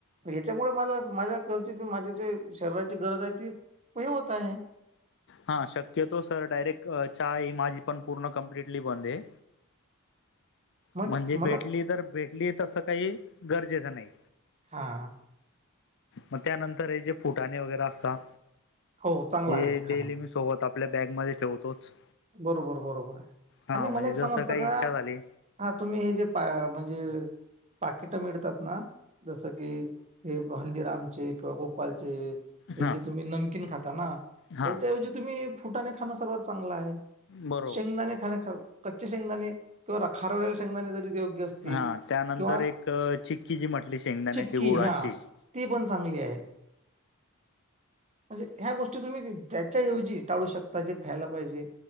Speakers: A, on the right (about 30°); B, on the left (about 60°).
A: याच्यामुळे माझा माझा करचेचा माझी जे शरीराची गरज आहे ती हे होत आहे.
B: हा शक्यतो सर डायरेक्ट चाय माझी पण पूर्ण कम्प्लिटली बंद आहे.
A: मग
B: म्हणजे
A: मला
B: भेटली तर भेटली तसं काही गरजेचं नाही.
A: हा.
B: म त्यानंतर हे जे फुटाणे वगैरे असता
A: हो चांगला
B: हे
A: आहे खाणं
B: डेली मी सोबत आपल्या बॅग मध्ये ठेवतोच.
A: बरोबर बरोबर आहे
B: हा
A: आणि
B: म्हणजे
A: मला एक
B: जसं
A: समजत
B: काही
A: का
B: इच्छा झाली
A: हा तुम्ही हे जे पा म्हणजे पाकिट मिळतात ना जसं की हे हल्दीरामचे किंवा गोपाळचे हे
B: हा
A: जे तुम्ही नमकीन खाता ना
B: हा
A: याच्याऐवजी तुम्ही फुटाने खाणं सर्वात चांगलं आहे.
B: बरोबर
A: शेंगदाणे खाणे खाऊ कच्चे शेंगदाणे खारवलेले शेंगदाणे जरी योग्य असतील
B: हा त्यानंतर
A: किंवा
B: एक चिक्की जी म्हट पली शेंगदाण्याची
A: चिक्की
B: गोळााची
A: हा ती पण चांगली आहे. म्हणजे ह्या गोष्टी तुम्ही ज्याच्याऐवजी टाळू शकता जे खायला पाहिजे.